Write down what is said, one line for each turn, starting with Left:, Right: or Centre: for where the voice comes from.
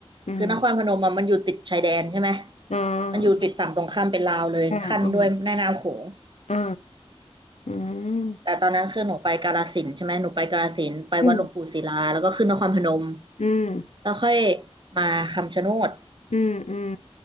Left: อืม
Right: คือนครพนมอะมันอยู่ติดชายแดนใช่ไหม
Left: อ่า
Right: มันอยู่ติดฝั่งตรงข้ามเป็นลาวเลยขั้นด้วยแม่น้ำโขง
Left: อ่าอ่าอ่า อืม
Right: แต่ตอนนั้นคือหนูไปกาฬสินธุ์ใช่ไหมหนูไปกาฬสินธุ์ไปวัดหลวงปู่ศิลาแล้วก็ขึ้นนครพนม
Left: อืมอืม
Right: แล้วค่อยมาคำชะโนด
Left: อืมอืม